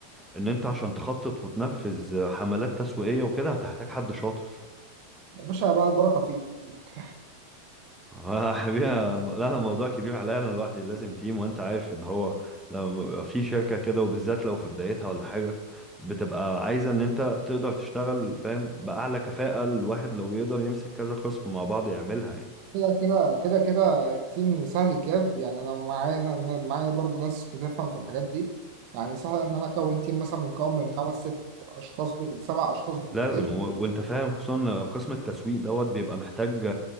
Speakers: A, in the centre; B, on the right.
A: ان انت عشان تخطط وتنفذ حملات تسويقية وكده هتحتاج حد شاطر
B: يا باشا بقى البركة فيك
A: آه، <laughs> حبيبي لا الموضوع كبير عليا انا لوحدي لازم تيم وانت عارف ان هو لما بيبقى في شركة كده وبالذات لو في بدايتها ولا حاجة بتبقى عايزة ان انت تقدر تشتغل فاهم بأعلى كفاءة الواحد لو يقدر يمسك كذا قسم مع بعض يعملها يعني
B: كده كده كده كده التيم سهل الجاب يعني أنا معايا أنا- أنا معايا برضو ناس بتفهم في الحاجات دي يعني سهل إن أنا أكون تيم مثلا مكون من خمس ست أشخاص بال- سبع أشخاص بالكتير
A: لازم و... وانت فاهم خصوصا قسم التسويق دوت بيبقى محتاج